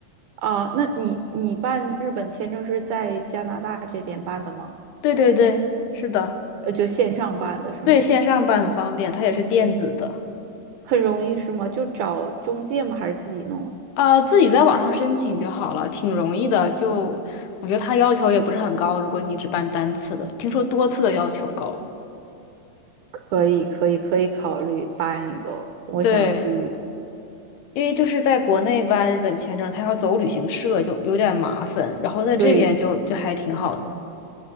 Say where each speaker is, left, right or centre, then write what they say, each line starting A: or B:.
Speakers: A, on the right; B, on the left.
A: 啊！那你你办日本签证是在加拿大这边办的吗？
B: 对对对，是的，
A: 呃，就线上办的是吗？
B: 对线上办很方便，它也是电子的。
A: 很容易是吗？就找中介吗？还是自己弄？
B: 呃，自己在网上申请就好了，挺容易的。就我觉得他要求也不是很高，如果你只办单次的，听说多次的要求高。
A: 可以，可以，可以考虑办一个。我想去，
B: 对，因为就是在国内办日本签证，他要走旅行社就有点麻烦，然后在这边就就还挺好的，
A: 对，